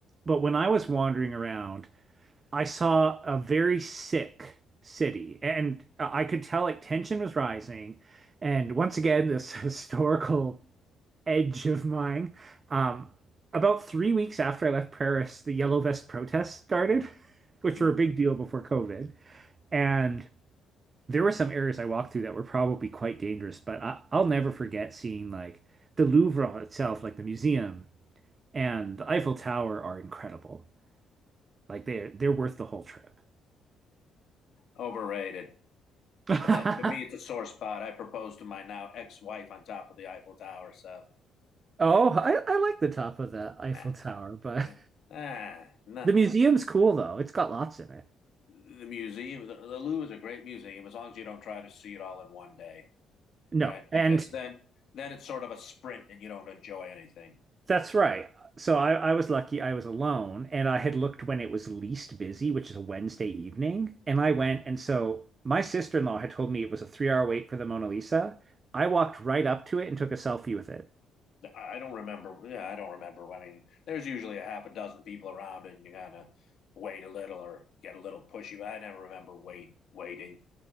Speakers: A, on the right; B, on the left.
A: But when I was wandering around, I saw a very sick city, and I could tell like tension was rising. And once again, <laughs> this historical edge of mine. Um, about three weeks after I left Paris, the Yellow Vest protests started, <laughs> which
B: Mm,
A: were a big deal before COVID. And there were some areas I walked through that were probably quite dangerous, but I, I'll never forget seeing like the Louvre itself, like the museum and the Eiffel Tower are incredible. Like they're they're worth the whole trip.
B: Overrated.
A: <laughs>
B: But then for me, it's a sore spot. I proposed to my now ex wife on top of the Eiffel Tower. So
A: Oh,
B: yeah.
A: I, I like the top of the Eiffel
B: Ah,
A: Tower, but
B: yeah. Ah,
A: <laughs>
B: no.
A: the museum's cool though. It's got lots in it.
B: the museum, the, the Louvre is a great museum as long as you don't try to see it all in one day,
A: No,
B: right? Because
A: and
B: then then it's sort of a sprint and you don't enjoy anything.
A: that's right. So I, I was lucky I was alone and I had looked when it was least busy, which is a Wednesday evening. And I
B: I
A: went, and so my sister-in-law had told me it was a three-hour wait for the Mona Lisa. I walked right up to it and took a selfie with it.
B: don't remember. Yeah, I don't remember. I mean, there's usually a half a dozen people around, and you kind of wait a little or get a little pushy. But I never remember wait waiting.